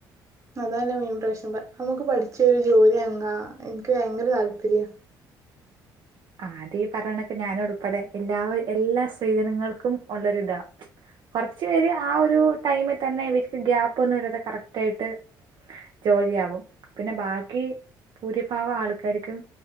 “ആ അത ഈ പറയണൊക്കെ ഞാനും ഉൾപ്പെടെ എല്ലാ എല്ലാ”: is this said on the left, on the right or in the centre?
Right